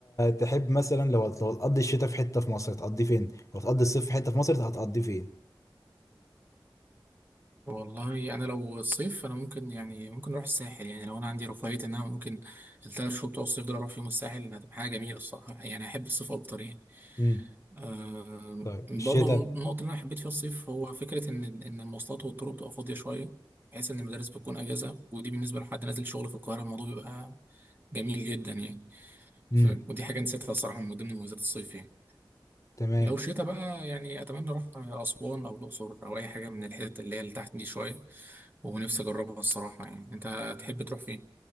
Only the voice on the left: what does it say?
تحب مثلا لو هت- لو هتقضي الشتاء في حته في مصر هتقضي فين؟ لو هتقضي الصيف في حته في مصر هتقضي فين؟
امم
طيب
الشتاء
امم
تمام